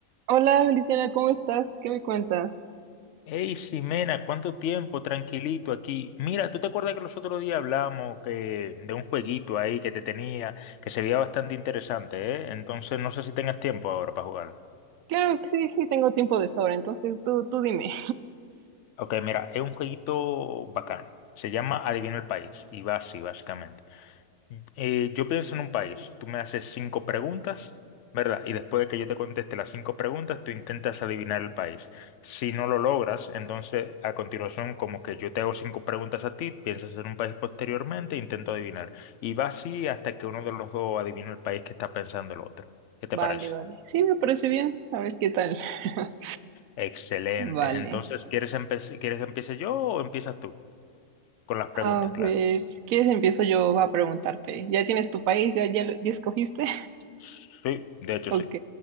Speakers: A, on the right; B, on the left.
A: Hola, Feliciana, ¿cómo estás? ¿Qué me cuentas?
B: Hey, Ximena, ¿cuánto tiempo? Tranquilito aquí. Mira, ¿tú te acuerdas que los otros días hablamos que, de un jueguito ahí que te tenía, que se veía bastante interesante, ¿eh? Entonces no sé si tengas tiempo ahora para jugarlo.
A: Claro que sí, sí, tengo tiempo de sobra, entonces tú, tú dime.
B: Ok, mira, es un jueguito bacano. Se llama Adivina el país y va así, básicamente. Eh, yo pienso en un país, tú me haces cinco preguntas, ¿verdad? Y después de que yo te conteste las cinco preguntas, tú intentas adivinar el país. Si no lo logras, entonces a continuación, como que yo te hago cinco preguntas a ti, piensas en un país posteriormente, e intento adivinar. Y va así hasta que uno de los dos adivina el país que está pensando el otro. ¿Qué te
A: Vale,
B: parece?
A: vale. Sí, me parece bien. A ver qué tal. <laughs>
B: Excelente.
A: Vale.
B: Entonces, ¿quieres empe- quieres que empiece yo o empiezas tú? Con las preguntas,
A: A
B: claro.
A: ver, si quieres empiezo yo a preguntarte. ¿Ya tienes tu país? ¿Ya, ya, lo- ya escogiste? <laughs>
B: Sí, de hecho
A: Ok,
B: sí.